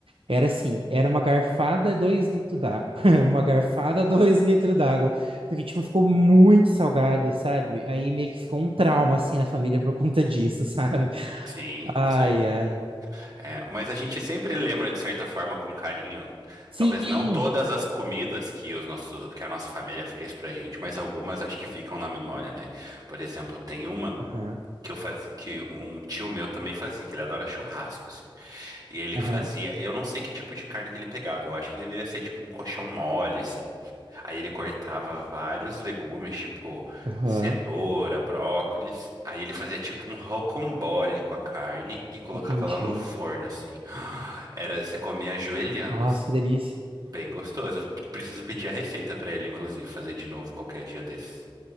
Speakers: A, on the right; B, on the right.
A: Era assim, era uma garfada, dois litros d'água. <laughs> Uma garfada, dois litros d'água. Porque, tipo, ficou muito salgado, sabe? Aí meio que ficou um trauma, assim, na família por conta disso, <laughs> sabe?
B: Sim, com
A: Ai,
B: certeza.
A: ai.
B: É, mas a gente sempre lembra de certa forma com carinho.
A: Sim!
B: Talvez não todas as comidas que os nossos, que a nossa família fez pra gente, mas algumas acho que ficam na memória, né? Por exemplo, tem uma
A: Aham,
B: que eu fazia, que um tio meu também fazia, que ele adora churrasco, assim. E ele fazia,
A: aham,
B: eu não sei que tipo de carne que ele pegava, eu acho que deveria ser tipo um colchão mole, assim. Aí ele cortava vários legumes, tipo
A: aham.
B: cenoura, brócolis. Aí ele fazia tipo um rocambole com a carne e colocava
A: Entendi.
B: lá no forno, assim. <gasps> Era, você comia ajoelhando,
A: Nossa,
B: assim.
A: que delícia.
B: Bem gostoso. Eu preciso pedir a receita pra ele, inclusive, fazer de novo qualquer dia desses.